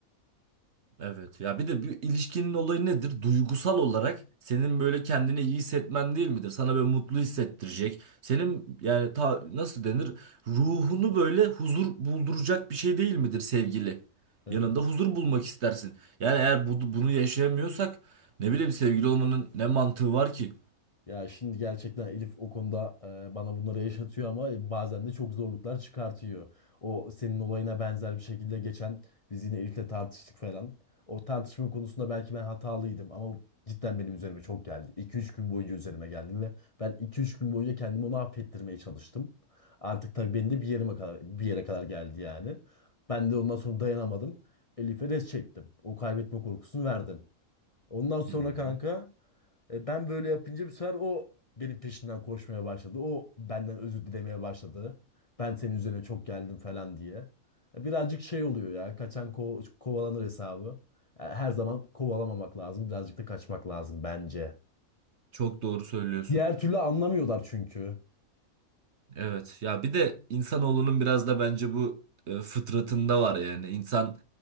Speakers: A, on the right; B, on the left.
A: Evet ya bir de bir ilişkinin olayı nedir? Duygusal olarak senin böyle kendini iyi hissetmen değil midir? Sana böyle mutlu hissettirecek. Senin yani ta, nasıl denir? Ruhunu böyle huzur bulduracak bir şey değil midir sevgili?
B: Evet.
A: Yanında huzur bulmak istersin. Yani eğer bu, bunu yaşayamıyorsak ne bileyim sevgili olmanın ne mantığı var ki?
B: Ya şimdi gerçekten Elif o konuda e, bana bunları yaşatıyor ama bazen de çok zorluklar çıkartıyor. O senin olayına benzer bir şekilde geçen biz yine Elif'le tartıştık falan. O tartışma konusunda belki ben hatalıydım ama bu cidden benim üzerime çok geldi. 2 üç gün boyunca üzerime geldi ve ben iki üç gün boyunca kendimi onu affettirmeye çalıştım. Artık tabii beni de bir yerime kadar bir yere kadar geldi yani. Ben de ondan sonra dayanamadım. Elif'e res çektim. O kaybetme korkusunu verdim. Ondan sonra
A: Hmm,
B: kanka e, Ben böyle yapınca bir sefer o benim peşimden koşmaya başladı. O benden özür dilemeye başladı. Ben senin üzerine çok geldim falan diye. E, Birazcık şey oluyor ya. Kaçan ko- kovalanır hesabı. E, Her zaman kovalamamak lazım. Birazcık da kaçmak lazım bence.
A: çok doğru söylüyorsun.
B: Diğer türlü anlamıyorlar çünkü.
A: Evet ya bir de insanoğlunun biraz da bence bu e, fıtratında var yani. İnsan